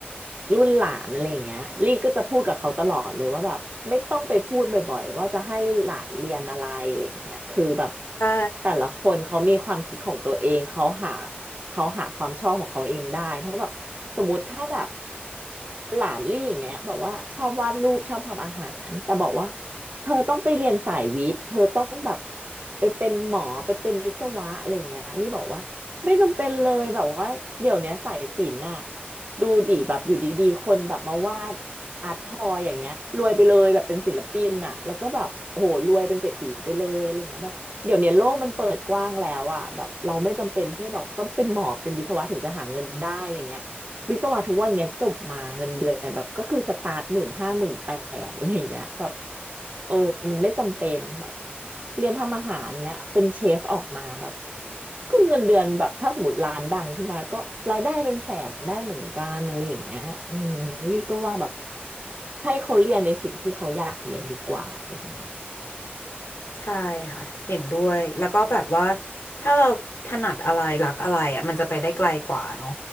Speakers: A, on the right; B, on the left.
A: รุ่นหลานอะไรอย่างเงี้ยลี่ก็จะพูดกับเขาตลอดเลยว่าแบบไม่ต้องไปพูดบ่อยๆว่าจะให้หลานเรียนอะไรอะไรอย่างเงี้ยคือแบบ
B: ใช่
A: แต่ละคนเขามีความคิดของตัวเองเขาหาเขาหาความชอบของเขาเองได้เพราะแบบสมมติถ้าแบบหลานลี่อย่างเงี้ยแบบว่าชอบวาดรูปชอบทำอาหารแต่บอกว่าเธอต้องไปเรียนสายวิทย์เธอต้องแบบไปเป็นหมอไปเป็นวิศวะอะไรอย่างเงี้ยลี่บอกว่า ไม่จำเป็นเลยแบบว่าเดี๋ยวเนี้ยสายศิลป์น่ะดูดิแบบอยู่ดีๆคนแบบมาวาดอาร์ตทอยอย่างเงี้ยรวยไปเลยแบบเป็นศิลปินน่ะแล้วก็แบบโอ้โหรวยเป็นเศรษฐีไปเลยอะไรอย่างเงี้ยแบบเดี๋ยวเนี้ยโลกมันเปิดกว้างแล้วอ่ะแบบเราไม่จำเป็นที่จะแบบต้องเป็นหมอเป็นวิศวะถึงจะหาเงินได้อะไรเงี้ย วิศวะทุกวันเนี้ยจบมาเงินเดือนแบบก็คือสตาร์ทหมื่นห้าหมื่นแปดอะไรอย่างเงี้ยแบบเออมันไม่จำเป็นแบบเรียนทำอาหารเงี้ยเป็นเชฟออกมาแบบก็เงินเดือนแบบถ้าสมมติร้านดังขึ้นมาก็รายได้เป็นแสนได้เหมือนกันอะไรอย่างเงี้ยอืมลี่ก็ว่าแบบให้เขาเรียนในสิ่งที่เขาอยากเรียนดีกว่าอะไรอย่างเงี้ย
B: ใช่ค่ะเห็นด้วยแล้วก็แบบว่าถ้าเราถนัดอะไรรักอะไรอ่ะมันจะไปได้ไกลกว่าเนาะ